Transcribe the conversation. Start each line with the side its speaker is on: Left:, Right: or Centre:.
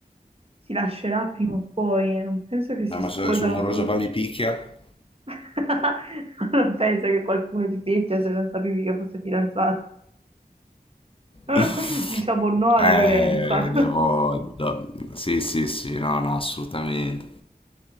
Right: si lascerà prima o poi, eh, non penso che si
Left: Eh, ma
Right: sposano
Left: se il suo moroso
Right: tutte.
Left: poi mi picchia?
Right: <laughs> Non penso che qualcuno ti picchia se non sapevi che fosse fidanzato. <laughs>
Left: <laughs>
Right: Diciamo no alla
Left: Eh,
Right: violenza.
Left: devo... do- Sì, sì, sì, no, no, assolutamente.